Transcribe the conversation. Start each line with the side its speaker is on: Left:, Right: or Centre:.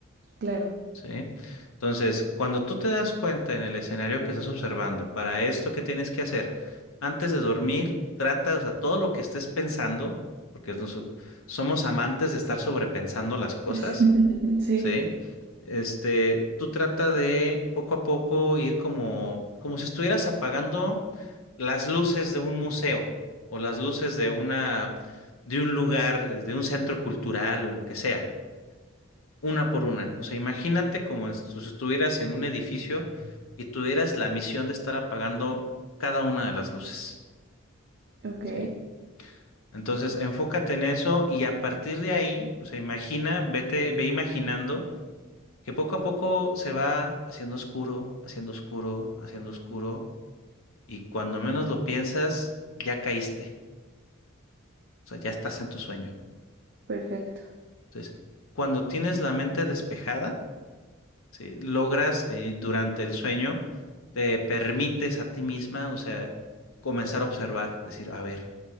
Right: claro.
Left: ¿sí? Entonces, cuando tú te das cuenta en el escenario que estás observando, para esto que tienes que hacer, antes de dormir, trata, o sea, todo lo que estés pensando, porque nos- somos amantes de estar sobrepensando las cosas,
Right: <laughs> Sí,
Left: ¿sí? Este, tú trata de poco a poco ir como, como si estuvieras apagando las luces de un museo o las luces de una, de un lugar, de un centro cultural o lo que sea una por una. O sea, imagínate como es- si estuvieras en un edificio y tuvieras la misión de estar apagando cada una de las luces,
Right: ok,
Left: ¿sí? Entonces, enfócate en eso y a partir de ahí, o sea, imagina, vete, ve imaginando que poco a poco se va haciendo oscuro, haciendo oscuro, haciendo oscuro y cuando menos lo piensas, ya caíste, o sea, ya estás en tu sueño.
Right: perfecto.
Left: Entonces, cuando tienes la mente despejada, ¿sí? Logras eh, durante el sueño, te permites a ti misma, o sea, comenzar a observar, decir, a ver,